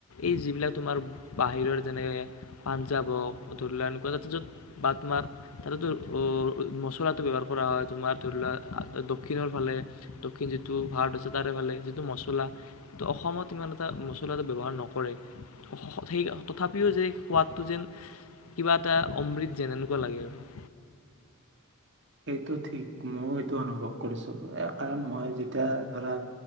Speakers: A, on the left (about 80°); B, on the right (about 55°).
A: এই যিবিলাক তোমাৰ বাহিৰৰ যেনেক পাঞ্জাৱ হওঁক ধৰি লোৱাক এনেকুৱা যাতে য'ত বা তোমাৰ তাতেটো মছলাটো ব্যৱহাৰ কৰা হয় তোমাৰ ধৰি লোৱা দক্ষিণৰ ফালে দক্ষিণ যিটো ভাৰত আছে তাৰে ফালে যিটো মছলা তো অসমত ইমান এটা মছলা এটা ব্যৱহাৰ নকৰে সেই তথাপিও যে সোৱাদটো যেন কিবা এটা অমৃত যেন এনেকুৱা লাগে আৰু।
B: সেইটো ঠিক ময়ো সেইটো অনুভৱ কৰিছো কাৰণ মই যেতিয়া ধৰা